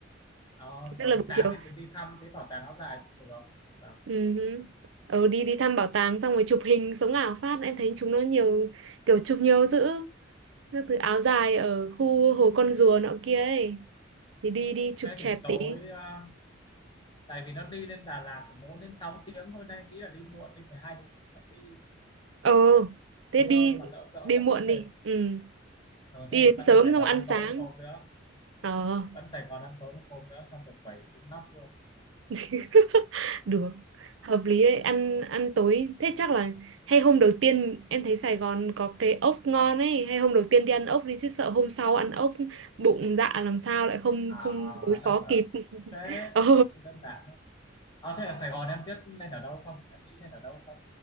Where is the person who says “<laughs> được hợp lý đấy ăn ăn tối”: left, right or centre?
Right